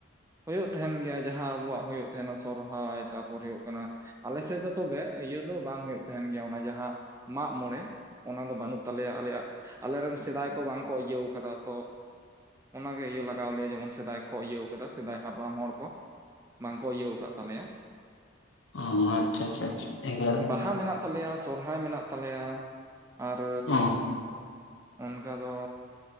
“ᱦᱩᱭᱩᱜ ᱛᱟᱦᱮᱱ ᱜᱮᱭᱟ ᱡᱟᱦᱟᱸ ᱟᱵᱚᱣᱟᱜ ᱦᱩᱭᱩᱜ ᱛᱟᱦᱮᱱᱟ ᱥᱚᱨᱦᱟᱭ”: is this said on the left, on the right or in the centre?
Right